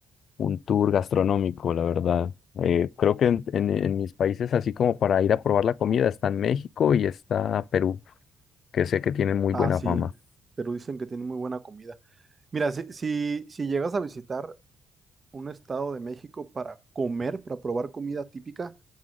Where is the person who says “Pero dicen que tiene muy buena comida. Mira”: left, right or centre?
Right